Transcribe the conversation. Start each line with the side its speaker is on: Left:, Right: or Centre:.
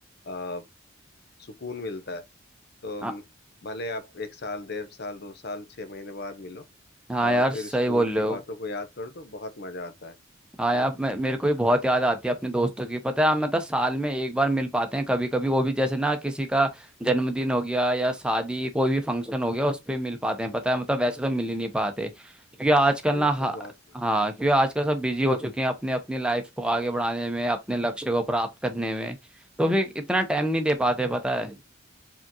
Left: आ, सुकून मिलता है तो
Centre: हाँ
Left: म, भले आप एक साल डेढ़ साल दो साल छह महीने बाद मिलो
Centre: हाँ
Left: और
Centre: यार
Left: फिर
Centre: सही
Left: स्कूल
Centre: बोल
Left: की
Centre: रहे हो
Left: बातों को याद करो तो बहुत मजा आता है
Centre: हाँ
Left: है
Centre: यार
Left: ना
Centre: मे- मेरे को भी बहुत याद आती है अपने दोस्तों की पता है हम मतलब साल में एक बार मिल पाते हैं कभी कभी वो भी जैसे ना किसी का जन्मदिन हो गया या शादी कोई भी फंक्शन हो गया उस पे मिल पाते हैं पता है मतलब वैसे तो मिल ही नहीं पाते क्योंकि आजकल
Left: हाँ, ये
Centre: ना हा-
Left: तो बहुत सही है
Centre: हाँ क्योंकि आजकल सब बिजी हो चुके हैं अपने अपनी लाइफ को आगे बढ़ाने में अपने लक्ष्य को प्राप्त करने में तो फिर इतना टाइम नहीं दे पाते पता है